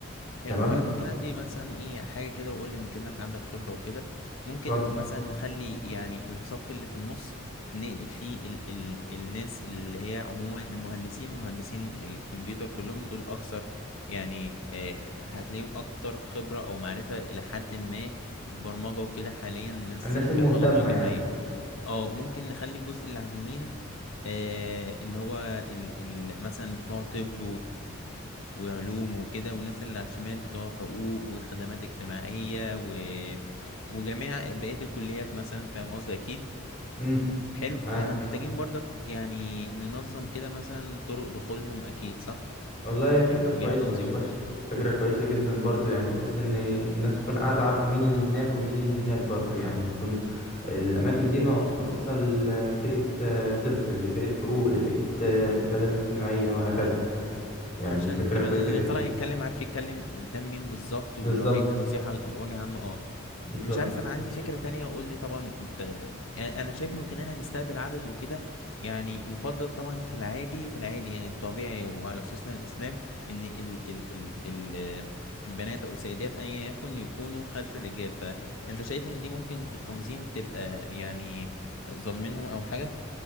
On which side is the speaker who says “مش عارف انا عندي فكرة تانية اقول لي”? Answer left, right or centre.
Left